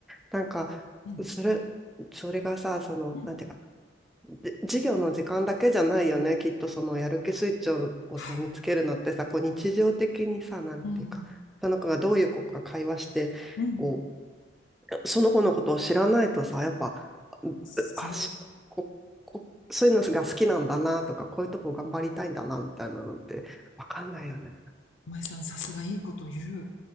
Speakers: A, in the centre; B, on the left.
A: なんか、
B: うん
A: それ、それがさ、その、
B: うん。
A: なんていうか、で授業の時間だけじゃないよね、きっとそのやる気スイッチををさ見つけるのってさ、
B: はい。
A: こう日常的にさ、なんていうか、
B: うん。
A: その子がどういう子か会話して、
B: うん。
A: こうその子のことを知らないとさ、やっぱ、
B: そ
A: あ、しこ、こ、そういうのが好きなんだなとか、こういうとこ頑張りたいんだなみたいなのってわかんないよね。
B: う。萌えさん、さすがいいこと言う。